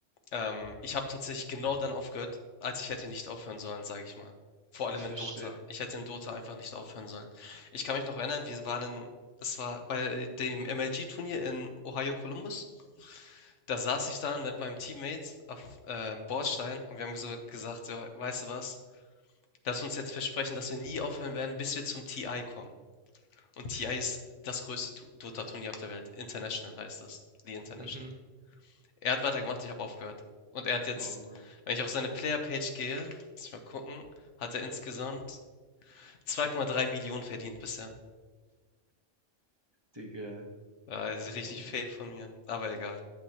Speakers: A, on the left (about 75°); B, on the right (about 25°).
A: Ähm, ich habe tatsächlich genau dann aufgehört, als ich hätte nicht aufhören sollen, sage ich mal. Vor allem
B: Ich
A: in
B: verstehe.
A: Dota. Ich hätte in Dota einfach nicht aufhören sollen. Ich kann mich noch erinnern, wir waren in, das war bei dem MLG-Turnier in Ohio Columbus. Da saß ich dann mit meinem Teammate auf äh, Bordstein und wir haben so gesagt, so, weißt du was, lass uns jetzt versprechen, dass wir nie aufhören werden, bis wir zum TI kommen. Und TI ist das größte Do- Dota-Turnier auf der Welt. International heißt das. The International.
B: Mhm.
A: Er hat weitergemacht, ich habe aufgehört. Und er hat jetzt,
B: Oh Mann,
A: wenn ich auf seine Player-Page gehe, lass mich mal gucken, hat er insgesamt 2,3 Millionen verdient bisher.
B: Digga.
A: Ja, das ist richtig
B: Oh
A: fail
B: Mann,
A: von mir. Aber egal,